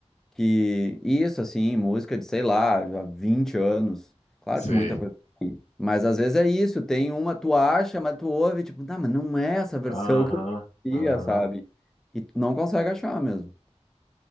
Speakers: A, in the centre; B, on the left.
A: que. Isso, assim, música de, sei lá, há 20 anos. Claro
B: Sei.
A: que muita coisa. Mas às vezes é isso, tem uma, tu acha, mas tu ouve, tipo, tá, mas não é essa versão
B: Aham.
A: que eu conhecia,
B: Aham.
A: sabe? E tu não consegue achar mesmo.